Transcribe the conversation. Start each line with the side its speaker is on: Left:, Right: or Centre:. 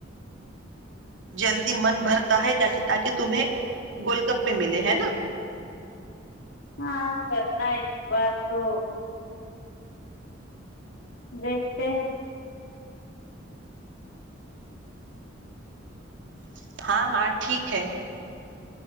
Right: جلدی من بھرتا ہے تاکہ تمہیں گول گپ پہ ملے ہے نا
Left: ہاں ن بر تو دیکھتے ہیں
Right: <inaudible> ہاں ہاں ٹھیک ہے